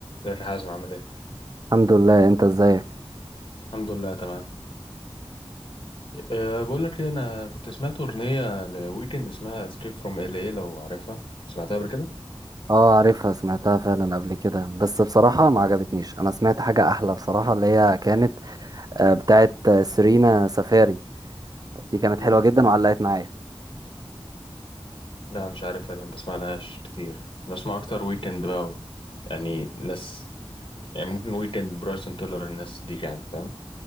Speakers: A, on the left (about 55°); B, on the right (about 40°).
A: ازيك يا حازم عامل ايه؟
B: الحمد لله انت ازيك
A: الحمد لله تمام أه بقول لك ايه انا كنت سمعت اغنيه لويكند اسمها ستريت فروم ال اي لو عارفها سمعتها قبل كده
B: اه عارفها سمعتها فعلا قبل كده بس بصراحة ما عجبتنيش انا سمعت حاجة احلى بصراحة اللي هي كانت آه، بتاعت آه، سيرينا سفاري دي كانت
A: امم
B: حلوة جدا وعلقت معايا
A: لا مش عارفها دي ما بسمعلهاش كتير بسمع اكتر ويكند بقى و- يعني ناس يعني ممكن ويكند برايسون تيلر الناس دي يعني فاهم